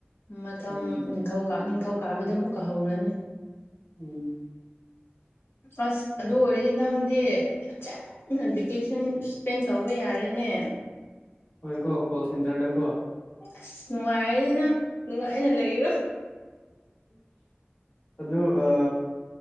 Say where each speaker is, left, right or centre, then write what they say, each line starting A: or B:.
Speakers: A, on the left; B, on the left.
A: ꯃꯊꯪ
B: ꯎꯝ
A: ꯅꯤꯡꯊꯧꯥ ꯅꯤꯡꯊꯧꯀꯥꯕꯗ ꯑꯃꯨꯛ ꯀꯥꯍꯧꯔꯅꯤ
B: ꯎꯝ
A: ꯑꯁ ꯑꯗꯨ ꯑꯣꯏꯔꯗꯤ ꯅꯪꯗꯤꯆꯥ ꯚꯦꯀꯦꯁꯟ ꯏꯁꯄꯦꯟ ꯇꯧꯕ ꯌꯥꯔꯦꯅꯦ
B: ꯍꯣꯏ ꯀꯣ ꯀꯣ ꯆꯟꯇꯔ ꯀꯣ
A: ꯑꯁ ꯅꯨꯡꯉꯥꯏꯔꯅꯦ ꯅꯪ ꯅꯨꯡꯉꯥꯏꯅ ꯂꯩꯔꯣ
B: ꯑꯗꯨꯗ ꯑ